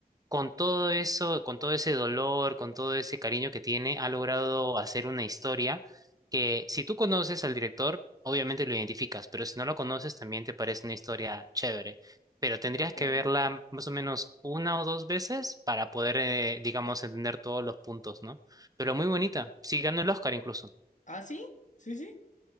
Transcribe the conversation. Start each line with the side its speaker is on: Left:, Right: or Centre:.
Right: con todo eso, con todo ese dolor, con todo ese cariño que tiene, ha logrado hacer una historia que si tú conoces al director, obviamente lo identificas, pero si no lo conoces, también te parece una historia chévere. Pero tendrías
Left: ok.
Right: que verla más o menos una o dos veces para poder, eh, digamos, entender todos los puntos, ¿no? Pero muy bonita. Sí, ganó el Oscar incluso.
Left: Ah, sí, sí, sí.